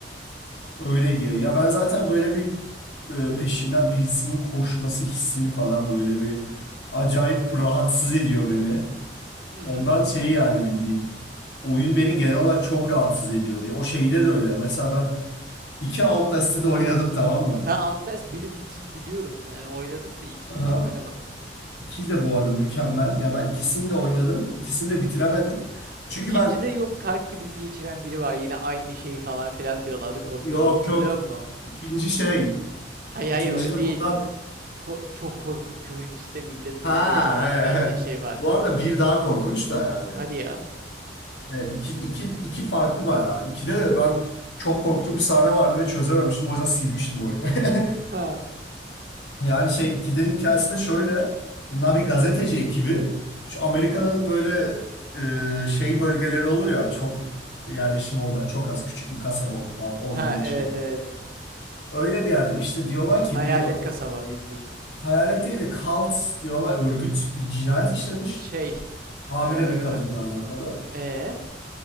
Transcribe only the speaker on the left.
öyle diyor. Ya ben zaten böyle bir e, peşimden birisinin koşması hissini falan böyle bir acayip rahatsız ediyor beni.
Ondan şey yani bildiğin. Oyun beni genel olarak çok rahatsız ediyor diye. O şeyde de öyle. Mesela ben iki Outlast'ı da oynadım tamam mı?
Aha.
İki de bu arada mükemmel. Ya ben ikisini de oynadım. İkisini de bitiremedim. Çünkü
ben
yok
yok.
İkinci şey.
İkinci
de
bundan...
Ha,
e,
e.
Bu arada bir daha korkunç da yani.
E, iki, iki, iki farklı bayağı. İkide de ben çok korktuğum bir sahne vardı ve çözememiştim. O yüzden silmiştim oyunu. <laughs>
Yani şey ikidinin hikayesi de şöyle. Bunlar bir gazeteci ekibi. Şu
Amerika'nın böyle e, şey bölgeleri olur ya çok yerleşim olmayan çok az küçük bir kasaba olur falan ormanın
içinde.
Öyle bir yerde işte diyorlar ki
bir ö-
hayalet değil de cult diyorlar örgüt bir cinayet işlemiş.
Hamile
bir kadınla alakalı.